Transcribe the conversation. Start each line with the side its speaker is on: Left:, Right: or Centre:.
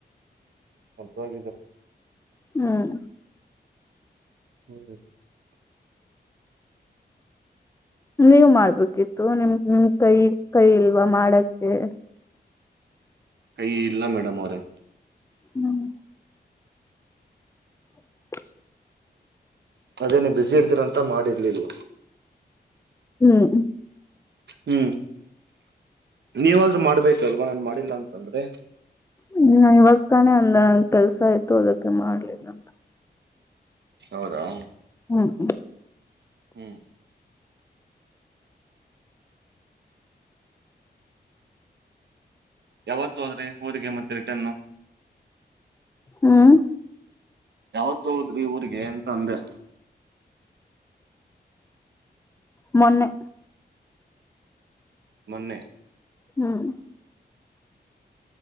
Right: ಹೋಗ್ಲಿ ಬಿಡು.
Left: ಹ್ಮ್
Right: <inaudible>
Left: ನೀವ್ ಮಾಡ್ಬೇಕಿತ್ತು ನಿಮ್ ನಿಮ್ ಕೈ ಕೈ ಇಲ್ವಾ ಮಾಡಕ್ಕೆ.
Right: ಕೈ ಇಲ್ಲ ಮೇಡಮ್ ಅವ್ರೆ.
Left: ಹ್ಮ್ <inaudible>
Right: ಅದೇ ನೀವ ಬಿಸಿ ಇರ್ತೀರಂತ ಮಾಡಿರ್ಲಿಲ್ಲ.
Left: ಹ್ಮ್
Right: ಹ್ಮ್ ನೀವಾದ್ರೂ ಮಾಡ್ಬೇಕಲ್ವಾ ನಾನ್ ಮಾಡಿಲ್ಲ ಅಂತಂದ್ರೆ.
Left: ಹ್ಮ ಇವಾಗ ತಾನೇ ಅಂದೇ ಕೆಲ್ಸ ಇತ್ತು ಅದಕ್ಕೆ ಮಾಡ್ಲಿಲ್ಲ ಅಂತ
Right: ಹೌದಾ
Left: ಹ್ಮ್ ಹ್ಮ್
Right: ಹ್ಮ್ ಯಾವತ್ತು ಹೋದ್ರಿ ಊರಿಗೆ ಮತ್ತೆ ರಿಟನ್ನು
Left: ಹ್ಮ್
Right: ಯಾವತ್ ಹೋದ್ರಿ ಊರ್ಗೆ ಅಂತ ಅಂದೆ
Left: ಮೊನ್ನೆ.
Right: ಮೊನ್ನೆ.
Left: ಹ್ಮ್